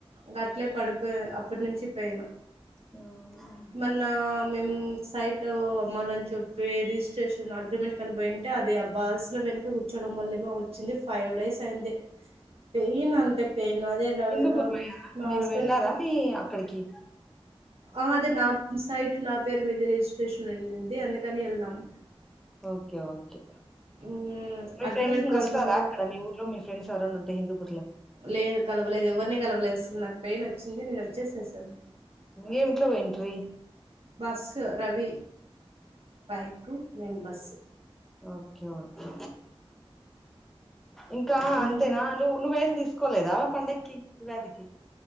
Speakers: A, on the right; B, in the centre.
A: గట్లే పడిపోయా అప్ ప్పటి నుంచి పేయిన్
B: హ్మ్.
A: మొన్న మేము సైట్ అమ్మాలని చెప్పి రిజిస్ట్రేషన్ అగ్రిమెంట్ కని పోయింటే అది ఆ బస్సు లో వెనక కూర్చోవడం వల్లమొ వచ్చింది. ఫైవ్ డేస్ అయింది పెయిన్ అంతే పెయిన్. అదే రవి
B: హిందూపుర పోయారా
A: మా
B: మీరు
A: హస్బెండ్
B: వెళ్ళారా
A: కి
B: మీ అక్కడికి
A: అదే నా సైట్ నా పేరు మీద రిజిస్ట్రేషన్ అయింది అందుకని వెళ్లినాం.
B: ఓకే ఓకే
A: మ్
B: మీ
A: అగ్రిమెంట్
B: ఫ్రెండ్స్ని
A: కోసం
B: కలిసారా
A: అని వెళ్ళి
B: అక్కడ మీ ఊర్లో మీ ఫ్రెండ్స్ ఎవర ఉంటే హిందూపుర్లో.
A: లేదు కలవలేదు, ఎవరిని కలవలేదు అసలు నాకు పెయిన్ వచ్చింది నేను వచ్చేసాను.
B: ఏమిట్లో పోయింట్రి
A: బస్ రవి బైకు నేను బస్సు
B: ఓకే ఓకే ఇంకా అంతేనా
A: ఇంకా
B: నువ్వు నువ్వేం తీసుకు లేదా పండకి వవాటికి